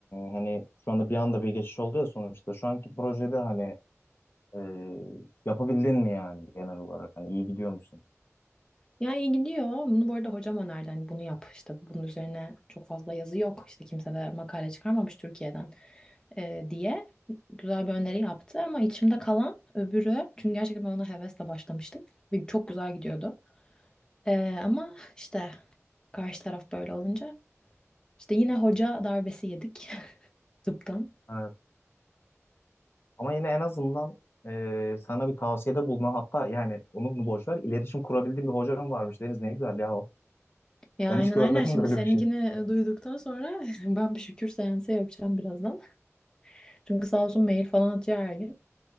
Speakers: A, on the left; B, on the left.
A: hani şu anda bir anda bir geçiş oldu ya sonuçta. Şu anki projede hani e, yapabildin mi yani genel olarak? Hani iyi gidiyor musun?
B: Ya iyi gidiyor. Bunu bu arada hocam önerdi. Hani bunu yap işte bunun üzerine çok fazla yazı yok. İşte kimse de makale çıkarmamış Türkiye'den e, diye güzel bir öneri yaptı. Ama içimde kalan öbürü çünkü gerçekten ben ona hevesle başlamıştım. Ve çok güzel gidiyordu. E, ama işte karşı taraf böyle olunca işte yine hoca darbesi yedik <laughs> tıptan.
A: Evet. Ama yine en azından e, sana bir tavsiyede bulunan hatta yani onu bunu boş ver iletişim kurabildiğin bir hocam varmış Deniz ne güzel ya o.
B: Ya
A: Ben
B: aynen
A: hiç görmedim
B: aynen şimdi
A: böyle
B: seninkini
A: bir şey.
B: e, duyduktan sonra <laughs> ben bir şükür seansı yapacağım birazdan. Çünkü sağ olsun mail falan atıyor her gün.